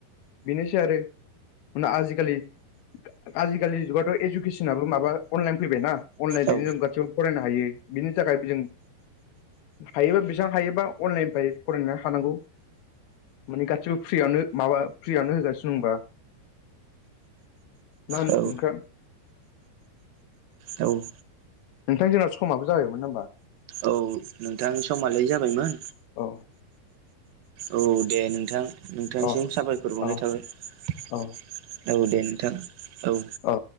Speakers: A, on the left; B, on the right.
A: बिनोसै आरो हुना आजिखालि आजिखालि जुगाथ' इजुकेसनाबो माबा अनलाइन फैबायना अनलाइनजोंनो
B: औ
A: जों गासिबो फरायनो हायो बिनि थाखायबो जों हायोबा बेसां हायोबा अनलाइननिफाय फरायनानै हानांगौ मानि गासिबो फ्रियावनो माबा फ्रियावनो होगासिनो दंबा ना
B: औ
A: ओंखा
B: औ
A: नोंथां जोंना समाबो जायोमोन नामबा
B: औ नोंथां समालाय जाबायमोन
A: औ
B: औ दे नोंथां नोंथांनिसिम
A: औ
B: साबायख'र बावनाय
A: औ
B: थाबाय
A: औ
B: औ दे नोंथां औ
A: अ